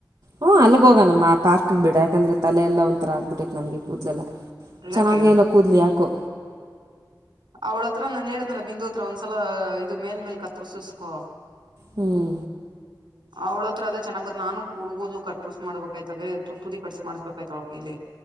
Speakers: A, on the right; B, on the right.
A: ಹ ಅಲ್ಲಿಗ್ ಹೋಗೋಣ ನಮ್ಮ ಪಾರ್ಕ್ ಗೆ ಬಿಡ ಯಾಕಂದ್ರೆ ತಲೆ ಎಲ್ಲಾ ಒಂಥರ ಆಗ್ಬಿಟ್ಟೈತ್ ನನಗೆ ಕೂದಲೆಲ್ಲಾ ಚೆನ್ನಾಗೇ
B: ಯಾಕೆ
A: ಇಲ್ಲಾ ಕೂದ್ಲ ಯಾಕೋ
B: ಅವಳ ಹತ್ರ ನಾನ್ ಹೇಳಿದ್ನಲ್ಲ ಬಿಂದು ಹತ್ರ ಒಂದ್ಸಲಾ ಇದು ಮೇಲ್ ಮೇಲ್ ಕತ್ರಸಸ್ಕೋ
A: ಹುಂ
B: ಅವಳತ್ರದ ಚೆನ್ನಾಗಿ ಬ್ರ ನಾನು ಕುಡುಗೋದಲು ಕಟ್ಟಸ್ ಮಾಡ್ಬೇಕಾಯ್ತದೆ ತುದಿ ಕಟ್ಟಸ ಮಾಡ್ಬೇಕತ ಅವಳ್ ಕೈಲಿ